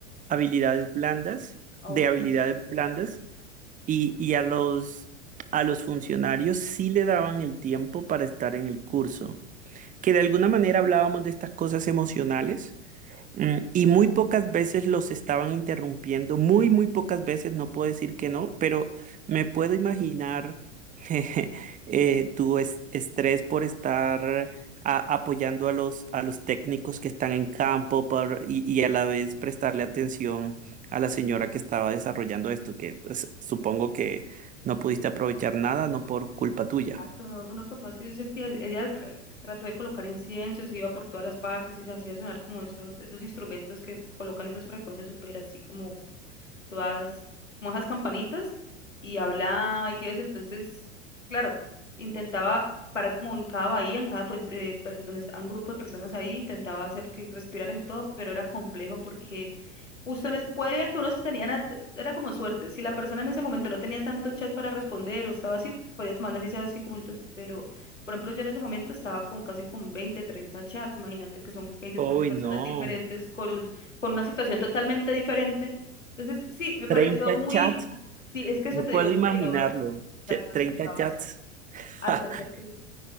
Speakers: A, on the right; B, on the left.
A: habilidades blandas,
B: Ah,
A: de
B: ok.
A: habilidades
B: Exacto,
A: blandas, y, y a los, a los funcionarios sí le daban el tiempo para estar en el curso, que de alguna manera hablábamos de estas cosas emocionales. Mm, Y muy pocas veces los estaban interrumpiendo, muy, muy pocas veces, no puedo decir que no, pero me puedo imaginar <laughs> eh, tu es- estrés por estar a- apoyando a los, a los técnicos que están en campo por- y, y a la vez prestarle atención a la señora que estaba desarrollando esto, que es- supongo que no pudiste aprovechar nada, no por culpa tuya.
B: no, no, por más que yo sentía, ella c- trató de colocar inciensos, iba por todas las partes y se hacía sonar como esos, esos instrumentos que colocan esas frecuencias súper así como todas como esas campanitas y hablaba y que eso. Entonces, claro, intentaba parar como en cada bahía, en cada, pues, eh, per- donde está un grupo de personas ahí, intentaba hacer que respiraran y todo, pero era complejo porque Ustedes podrían que unos tenían, at- era como suerte. Si la persona en ese momento no tenía tanto chat para responder o estaba así, podía tomarle así sea cinco minutos. Pero, por ejemplo, yo en ese momento estaba con casi con 20 30 chats. Imagínate que son veinte
A: Uy,
B: treinta personas
A: no,
B: diferentes con un, con una situación totalmente diferente. Entonces, sí, me pareció
A: 30
B: muy,
A: chats,
B: sí, es que
A: no
B: eso te
A: puedo
B: digo, si
A: imaginarlo,
B: llegabas, exacto,
A: Ch- 30
B: antes llegabas
A: chats. <laughs>
B: hasta ese punto.